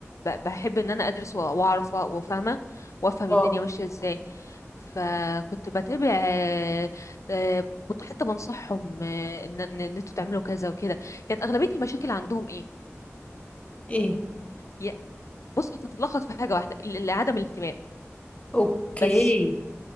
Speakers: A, on the left (about 70°); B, on the left (about 25°).
A: ب- بحب ان انا ادرس وأ- واعرف وفاهمه وافهم
B: اه
A: الدنيا ماشيه ازاي فكنت بتابع آه، آه، كنت حتى بنصحهم آه، ان ان إن انتوا تعملوا كذا وكده كانت اغلبيه المشاكل عندهم ايه
B: ايه
A: يا- بص هتتلخص في حاجه واحده ال- ال- عدم الاهتمام
B: اوكي
A: بس